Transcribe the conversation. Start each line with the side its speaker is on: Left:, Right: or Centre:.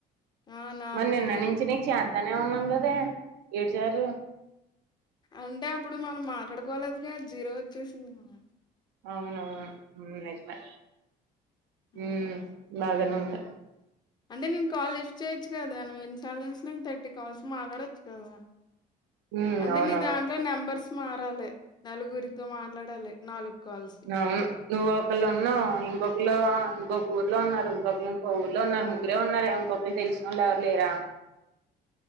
Left: ఆ నాలుగే
Right: మరి నిన్న
Left: అ
Right: <inaudible> తనే ఉన్నాను కదే ఏడుచారు.
Left: అంటే అప్పుడు మనం మాట్లాడుకోలేదు కా జీరో వచ్చేసింది మ
Right: అవునవును. హ్మ్ హ్మ్
Left: అలా.
Right: నా దగ్గరనే ఉంది
Left: అంటే నేను కాల్ లిఫ్ట్ చేయచ్చు కదా నువ్ ఎన్ని సార్లు చేసినే థర్టీ కాల్స్ మాట్లాడొచ్చు కదా
Right: హ్మ్.
Left: అంటే
Right: అవునవును.
Left: నీ దాంట్లో నెంబర్స్ మారాలి నలుగురితో మాట్లాడాలి నాలుగు కాల్స్
Right: అవును నువు ఒకలను ఇంకొక లో ఇంకొక ఊర్లో ఉన్నారు. ఇంకొకరు ఇంకో ఊర్లో ఉన్నారు ముగ్గురే ఉన్నారే ఇంకొకరు తెల్సినోళ్ళు ఎవరు లేరా